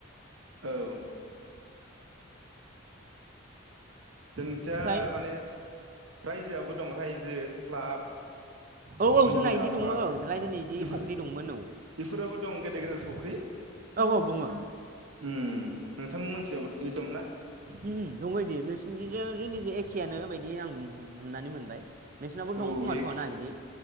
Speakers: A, on the right (about 80°); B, on the right (about 40°).
A: औ जोंनोंथिया
B: ओमफ्राय
A: माने रायजोआबो दं रायजो क्लाब
B: औ औ
A: महिला
B: जोंना इदि
A: आफाद
B: दङो रायजोनि बिदि
A: बेफोर
B: फुख्रि दंमोन औ
A: बेफोराबो दं गेदेर गेदेर फुख्रि
B: औ औ दङ
A: उम नोंथां मिथिंजायबो इदि दंना
B: उम दंबायदि नोंसिनिजों जोंनिजों एखेयानो बायदि आं हम हमनानै मोनबाय नोंसिनावबो दङ
A: औ
B: खोमाथ'
A: एखे
B: ना बिदि